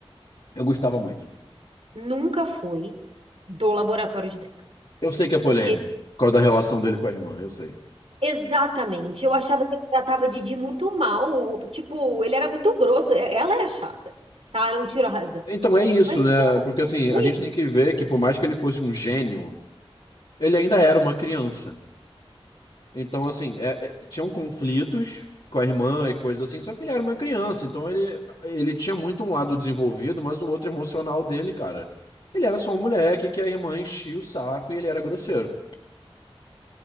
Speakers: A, on the left (about 60°); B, on the right (about 75°).
A: Eu gostava muito.
B: nunca foi do laboratório de Dexter.
A: Eu sei que é polêmico,
B: Porque,
A: por causa da relação dele com a irmã, eu sei.
B: exatamente, eu achava que ele tratava Didi muito mal. ou, Tipo, ele era muito grosso. e- Ela era chata, tá? Não tiro a razão.
A: Então é isso,
B: Mas ele
A: né?
B: era
A: Porque assim,
B: ruim.
A: a gente tem que ver que por mais que ele fosse um gênio, ele ainda era uma criança. Então, assim, é- é- tinham conflitos com a irmã e coisas assim, só que ele era uma criança. Então ele, ele tinha muito um lado desenvolvido, mas o outro emocional dele, cara. Ele era só um moleque que a irmã enchia o saco e ele era grosseiro.